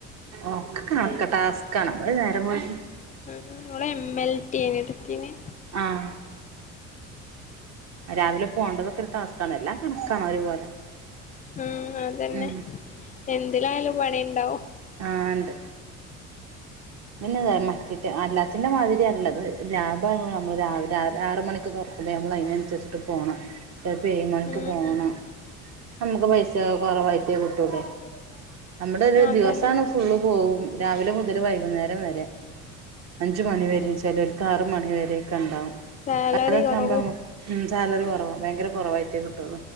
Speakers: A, on the right; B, on the left.
A: ഒക്കെ കണക്ക ടാസ്ക്ണമ്മ നേരം പോയി
B: ഉം നമ്മടെ എം എൽ ടി അനടുത്തിന്
A: ആഹ് രാവിലെ പോകേണ്ടതൊക്കെ ഒരു ടാസക്കാണ് എല്ലാം കണക്കാണ അവ ഒരുപോലെ
B: ഉം അതന്നെ
A: ഉം
B: എന്തിലായാലും പണി ഉണ്ടാവും
A: ആഹ് ഉണ്ട് പിന്നെത മക്കിറ്റ് അല്ലാത്തിന്റെ മാതിരിയല്ലത് ലാഭമായി നമ്മള് രാവിലെ ആറ് മണിക്ക് തറ <unintelligible> നമ്മൾ അതിനനുസരിച്ചിട്ട് പോകണം ചിലപ്പോ ഏഴ് മണിക്ക്
B: ഉം
A: പോണം
B: ഉം
A: നമ്മുക്ക് പൈസ കൊറവായിത്തേ കിട്ടൂലേ നമ്മുടെ ഒരു
B: അതന്നെ
A: ദിവസമാണ് ഫുള്ള് പോകവും രാവിലെ മുതൽ വൈകുന്നേരം വരെ അഞ്ച് മണിവ വര ചിലഴ ആറ് മണിവ വരെയൊക്കെ ഉണ്ടാവും
B: സാലറി
A: അതൊക്കെ
B: കൊറവും
A: ആകുമ്പോൾ നമുക്ക് ഉം സാലറി കുറവാ ഭയങ്കര കുറവായിട്ടയ കിട്ടൂ